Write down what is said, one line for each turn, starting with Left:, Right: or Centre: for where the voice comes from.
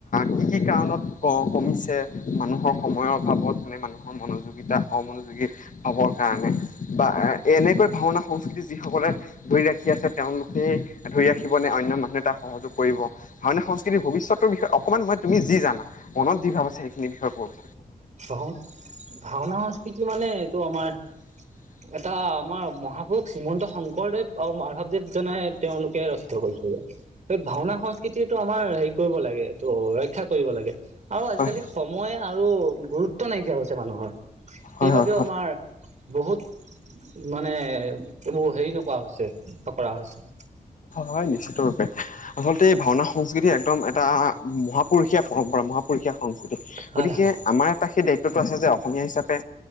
Left: কি কি কাৰণত কমিছে মানুহৰ সময়ৰ ভাৱত মে মানুহৰ মনোযোগিতা অমনোযোগী ভাৱৰ কাৰণে বা এনেকৈ ভাওনা সংস্কৃতি যিসকলে ধৰি ৰাখি আছে তেওঁলোকেই ধৰি ৰাখিবনে অন্য মানুহে তাক সহযোগ কৰিব ভাওনীয় সংস্কৃতিৰ ভবিষ্যত বিষয়ে অকমান মই তুমি জানা মনত যি ভাবিছা আ সেইখিন বিষয়ে কোৱা।
Right: হয় ভাওনা সংস্কৃতি মানে এইটো আমাৰ
Left: <unintelligible>
Right: এটা আমাৰ মহাপুৰুষ শ্ৰীমন্ত শংকৰদেৱ আৰু মাধৱদেৱ জনে তেওঁলোকে ৰচিত কৰিছে সেই ভাওনা সংস্কৃতিটো আমাৰ হেৰি কৰিব লাগে এইটো ৰক্ষা কৰিব লাগে আৰু আজিকালি
Left: হয়
Right: সময় আৰু গুৰুত্ব নাইকিয়া হৈছে মানুহৰ সেইবাবেও
Left: হয় হয়
Right: আমাৰ বহুত মানে এইবোৰ হেৰি নকোৱা হৈছে কৰা হৈছে
Left: হয় নিশ্চিত ৰূপে আচলতে এই ভাওনা সংস্কৃতি একদম এটা মহান পুৰুষীয়া পৰম্পৰা মহাপুৰুষীয়া সংস্কৃতি
Right: হয়
Left: গতিকে
Right: হয়
Left: আমাৰ এটা সেই দায়িত্বতটো আছে যে অসমীয়া হিচাপে।